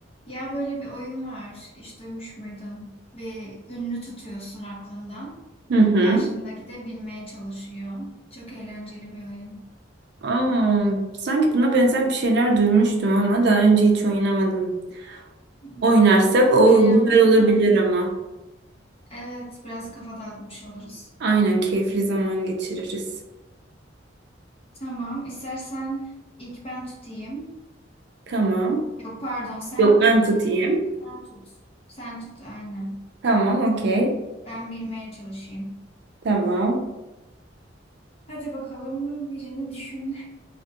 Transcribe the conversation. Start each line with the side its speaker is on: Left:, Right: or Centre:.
Left: Ya böyle bir oyun var. Hiç duymuş muydun? Bir ünlü tutuyorsun aklından.
Right: Hı hı.
Left: Karşındaki de bilmeye çalışıyor. Çok eğlenceli bir oyun.
Right: Aa, sanki buna benzer bir şeyler duymuştum ama daha önce hiç oynamadım.
Left: Hmm,
Right: Oynarsak o
Left: Oynayalım
Right: güzel olabilir
Left: mı?
Right: ama.
Left: Evet, biraz kafa dağıtmış oluruz.
Right: Aynen keyifli zaman geçiririz.
Left: Tamam, istersen ilk ben tutayım.
Right: Tamam.
Left: Yok pardon, sen
Right: Yok
Left: tut.
Right: ben
Left: e,
Right: tutayım.
Left: sen tut. Sen tut aynen.
Right: Tamam okey.
Left: Ben bilmeye çalışayım.
Right: Tamam.
Left: Hadi bakalım birini düşün.